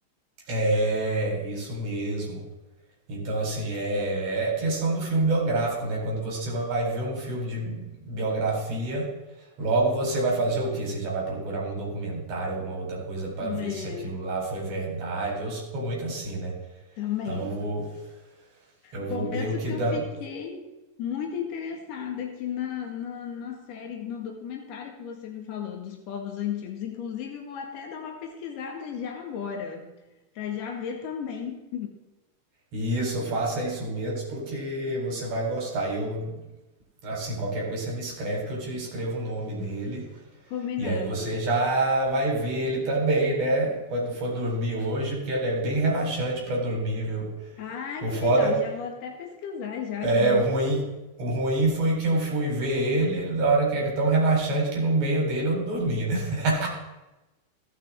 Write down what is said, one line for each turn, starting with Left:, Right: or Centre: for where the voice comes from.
Right: É, isso mesmo. Então, assim, é, é a questão do filme biográfico, né? Quando você vai ver um filme de biografia, logo você vai fazer o quê? Você já vai procurar um documentário, alguma outra coisa para
Left: É,
Right: ver se aquilo lá foi verdade. Eu sou muito assim, né?
Left: também.
Right: Então eu vou, eu
Left: Confesso
Right: vou meio que
Left: que
Right: dando.
Left: eu fiquei muito interessada aqui na, na, na série, no documentário que você me falou dos povos antigos. Inclusive, eu vou até dar uma pesquisada já agora, para já ver também.
Right: Isso, faça isso mesmo porque você vai gostar. E Eu, assim, qualquer coisa você me escreve que eu te escrevo o nome dele
Left: Combinado.
Right: E aí você já vai ver ele também, né? Quando for dormir hoje, porque ele é bem relaxante para dormir, viu?
Left: Ah,
Right: O foda
Left: que legal. Já vou até pesquisar já,
Right: é
Left: já vou.
Right: o ruim. O ruim foi que eu fui ver ele, ele na hora que é tão relaxante que no meio dele eu dormi, né? <laughs>